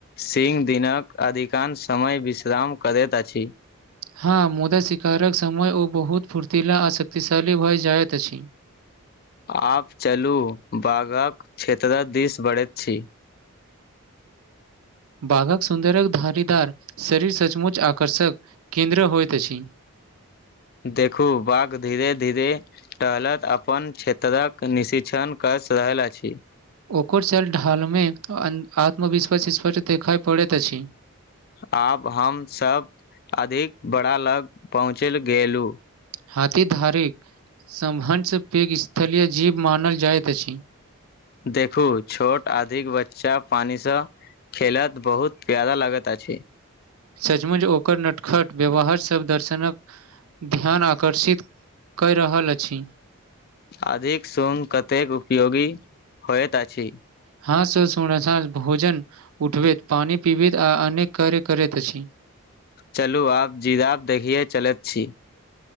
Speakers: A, on the left; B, on the right.
A: सिंह दिनक अधिकांश समय विश्राम करैत अछि
B: हँ मुदा शिकारक समय ओ बहुत फुर्तला आ शक्तिशाली भए जाइत अछि
A: आब चलू बाघक क्षेत्रक दिस बढ़ैत छी
B: बाघक सुन्दरक धारीदार शरीर सचमुच आकर्षक केन्द्र होइत अछि
A: देखू बाघ धीरे धीरे टहलत अपन क्षेत्रक निशिक्षण कऽ रहल अछि
B: ओकर चल ढालमे आत्मविश्वास विफट देखय पड़ैत अछि
A: आब हम सब अधिक बड़ा लग पहुँचल गेलु
B: हथीधारीक समभसँ पैघ स्थलीय जीव मानल जाइत अछि
A: देखू छोट अधिक बच्चा पानिसँ खेलत बहुत प्यादा लागत अछि
B: सचमुच ओकर नटखट व्यवहार सब दर्शनक ध्यान आकर्षित क रहल अछि
A: अधिक सू्ग कतेक उपयोगी होइत अछि
B: हँ स सु भोजन उठबैत पानि पीबैत आ अनेक कार्य करैत अछि
A: चलू आब जिरापमदेखियए चलैत छी